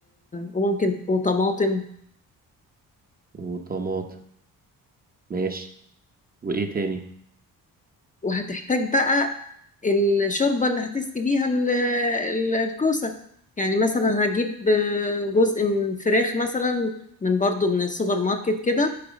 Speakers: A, on the left; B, on the right.
A: وممكن وطماطم
B: وطماطم ماشي وايه تاني
A: وهتحتاج بقى الشوربة اللي هتسقي بيها ال... ال- الكوسة يعني مثلا هتجيب آه، جزء من فراخ مثلا من برضو من السوبر ماركت كده